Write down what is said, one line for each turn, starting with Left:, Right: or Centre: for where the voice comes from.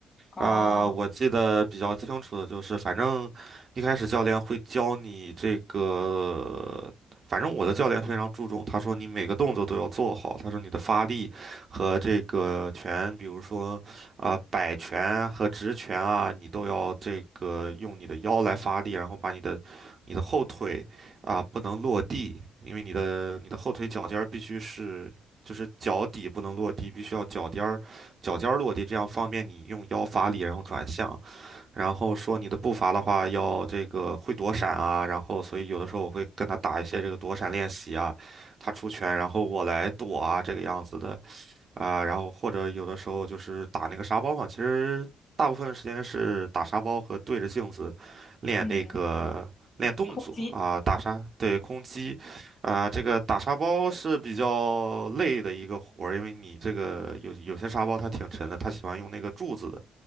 Left: 哦，
Right: 呃，我记得比较清楚的就是，反正一开始教练会教你这个，反正我的教练非常注重，他说你每个动作都要做好，他说你的发力和这个拳，比如说啊、摆拳和直拳啊，你都要这个用你的腰来发力，然后把你的你的后腿啊、不能落地，因为你的你的后腿脚尖儿必须是。就是脚底不能落地，必须要脚尖儿脚尖儿落地，这样方便你用腰发力，然后转向。然后说你的步伐的话，要这个会躲闪啊。然后，所以有的时候我会跟他打一些这个躲闪练习啊，他出拳，然后我来躲啊，这个样子的。啊、然后或者有的时候就是打那个沙包嘛，其实大部分时间是打沙包和对着镜子练那个练动作啊、
Left: 嗯，空击，
Right: 打沙，对，空击，啊、这个打沙包是比较累的一个活儿，因为你这个有有些沙包它挺沉的，它喜欢用那个柱子的